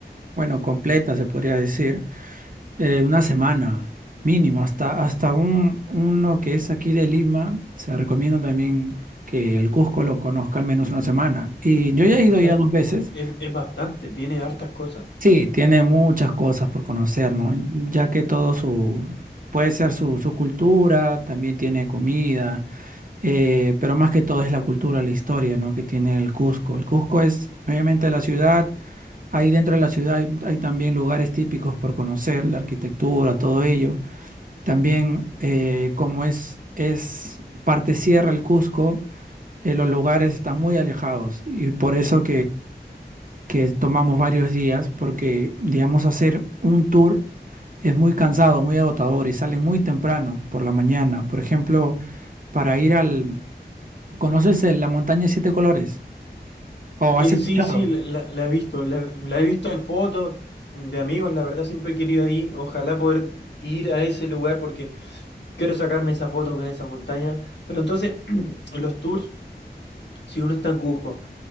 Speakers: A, on the right; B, on the left.
A: bueno, completa, se podría decir, eh, una semana mínimo, hasta, hasta un, uno que es aquí de Lima, se recomienda también que el Cusco lo conozca al menos una semana. Y yo ya he ido
B: O sea,
A: ya dos veces.
B: es, es bastante, tiene hartas cosas.
A: Sí, tiene muchas cosas por conocer, ¿no? Ya que todo su, puede ser su, su cultura, también tiene comida, eh, pero más que todo es la cultura, la historia, ¿no? Que tiene el Cusco. El Cusco es, obviamente, la ciudad, ahí dentro de la ciudad hay, hay también lugares típicos por conocer, la arquitectura, todo ello. También, eh, como es, es parte sierra el Cusco, eh, los lugares están muy alejados y por eso que tomamos varios días porque, digamos, hacer un tour es muy cansado, muy agotador y sale muy temprano por la mañana. Por ejemplo, para ir al... ¿Conoces el- la montaña de siete colores? ¿O
B: Y
A: has escuchado?
B: sí, sí, la, la- la he visto, la, la he visto en fotos de amigos, la verdad siempre he querido ir, ojalá poder ir a ese lugar porque quiero sacarme esa foto con esa montaña. Pero entonces, <clears throat> los tours, si uno está en Cusco,